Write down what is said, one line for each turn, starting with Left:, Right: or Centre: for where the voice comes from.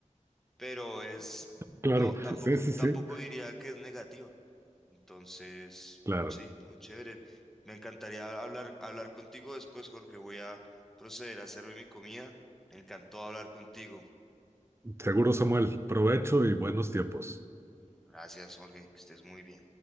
Centre: pero es,
Right: Claro,
Centre: no,
Right: <laughs>
Centre: tampoco,
Right: sí, sí, sí.
Centre: tampoco diría que es negativa. Entonces,
Right: Claro.
Centre: sí, no, chévere. Me encantaría hablar, hablar contigo después, Jorge. Voy a proceder a hacerme mi comida. Me encantó hablar contigo.
Right: Seguro, Samuel. Provecho y buenos tiempos.
Centre: Gracias, Jorge, que estés muy bien.